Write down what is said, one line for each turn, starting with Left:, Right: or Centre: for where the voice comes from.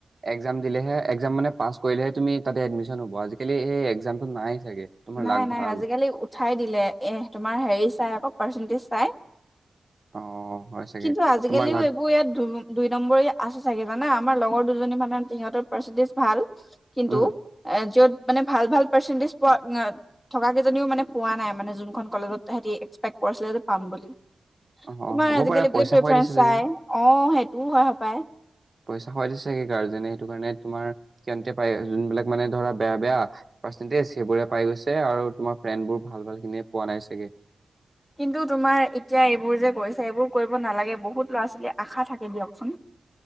Right: একাম দিলেহে এক মানে পাছ কৰিলেহে তুমি তাতে এডমিশন হ'ব আজিকালি সেই একামটো নাই চাগে। তোমাৰ
Left: নাই
Right: লাক
Left: নাই
Right: ভাল,
Left: আজিকালি উঠ উঠাই দিলে এ তোমাৰ হেৰি চাই আকৌ পাৰ্চেণ্টেজ চাই
Right: অ', হয় চাগে,
Left: কিন্তু আজিকালিও
Right: তোমাৰ লাক
Left: এইবোৰ ইয়াত দু দুই নম্বৰ আছে চাগে জানা আমাৰ লগৰ দু মানে সিহতৰ পাৰ্চেণ্টেজ ভাল কিন্তু
Right: উম,
Left: এ যত মানে ভাল ভাল পাৰ্চেণ্টেজ পোৱা থকা কেইজনীও মানে পোৱা নাই মানে যোনখন কলেজত সিহতি এক্সপেক্ট কৰিছিলে যে পাম বুলি
Right: অ',
Left: তোমাৰ
Right: হ'ব
Left: আজিকালি
Right: পাৰে পইচা
Left: বোলে প্ৰেফেৰেঞ্চ
Right: খুৱাই দিছে
Left: চাই
Right: চাগে।
Left: অ সেইটোও হয় সোপায়
Right: পইচা খুৱাই দিছে চাগে গাৰ্জেনে সেইটো কাৰণে তোমাৰতে পাই যোনবিলাক মানে ধৰা বেয়া বেয়া পাৰ্চেন্টেজ সেইবোৰে পাই গৈছে আৰু তোমাৰ ফ্ৰেণ্ডবোৰ ভাল ভাল খিনি পোৱা নাই চাগে
Left: কিন্তু তোমাৰ এতিয়া এইবোৰ যে কৰিছা এইবোৰ কৰিব নালাগে বহুত ল'ৰা ছোৱালীৰ আশা থাকে দিয়কচোন